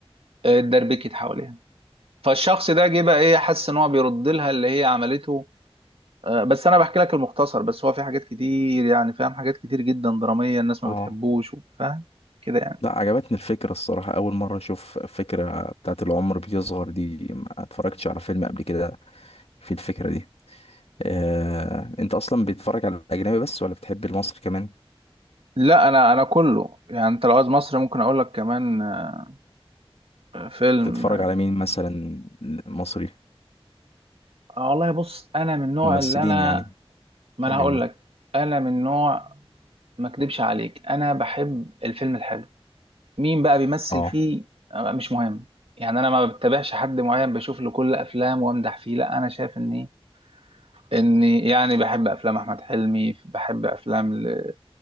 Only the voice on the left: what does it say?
اه
لا عجبتني الفكرة الصراحة أول مرة أشوف فكرة بتاعت العمر بيصغر دي ما اتفرجتش على فيلم قبل كده في الفكرة دي آه، أنت أصلا بتتفرج على الأجنبي بس ولا بتحب المصري كمان؟
تتفرج على مين مثلا مصري
ممثلين
يعني
تحب
مين؟
اه